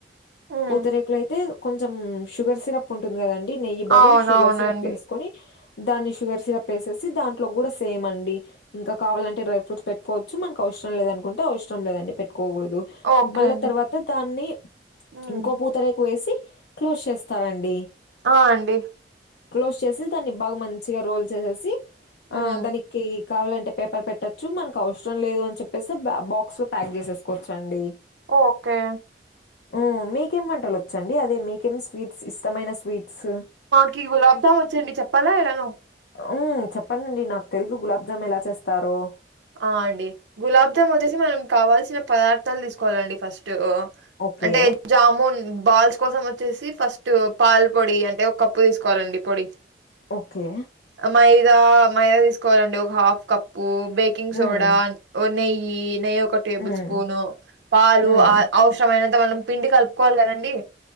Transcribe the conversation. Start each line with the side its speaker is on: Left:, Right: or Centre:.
Right: హ్మ్
Left: పూతరేకులో అయితే కొంచెం షుగర్ సిరప్ ఉంటుంది కదండి నెయ్యి బదులు
Right: అవునవునండి
Left: షుగర్ సిరప్ వేసుకొని దాన్ని షుగర్ సిరప్ వేసేసి దాంట్లో కూడ సేమ్ అండి ఇంక కావాలంటే డై ఫ్రూట్స్ పెట్టుకోవచ్చు మనకు అవసరం లేదు అనుకుంటే అవసరం లేదండి పెట్టుకోకూడదు
Right: ఓకే
Left: బళ్ల
Right: అండి.
Left: తర్వాత్ టే దాన్ని
Right: హ్మ్
Left: ఇంకో పూతరేకు వేసి క్లోజ్ చేస్తారండి
Right: ఆ అండి
Left: క్లోజ్ చేసి దాన్ని బాగ మంచిగా రోల్ చేసేసి
Right: హ్మ్
Left: ఆ దానికి కావాలంటే పేపర్ పెట్టోచ్చు మనకు అవసరం లేదు అని చెప్పేస్తె బాక్స్ లో ప్యాక్ చేసేసుకోవచ్చు అండి
Right: ఓకే
Left: ఓ మీకేం వంటలు వచ్చండి అదే మీకేం స్వీట్స్ ఇష్టమైన స్వీట్స్
Right: కి గులాబ్ జామ్ వచ్చండి చెప్పాలా ఎలానో
Left: ఉమ్మ్ చెప్పండి అండి నాకు తెలీదు గులాబ్ జామ్ ఎలా చేస్తారో
Right: ఆ అండి గులాబ్ జామ్ వచ్చేసి మనం కావాల్సిన పదార్థాలు తీసుకోవాలండి ఫస్ ట్
Left: ఓకే
Right: అంటే జాముూన్ బాల్స్ కోసం వచ్చేసి ఫస్ట్ పాల్ పొడి అంటే ఒక కప్పు తీసుకోవాలండి పొడి
Left: ఓకే
Right: అ మైదా మైదా తీసుకోవాలండి ఒక half cup baking soda
Left: um,
Right: ఓ నెయ్యి నెయ్య ఒక టేబుల్
Left: ఉమ్,
Right: స్పూను పాలు
Left: ఉమ్.
Right: అవసరమైనంత మనం పిండి కలుపుకోవాలి కదండి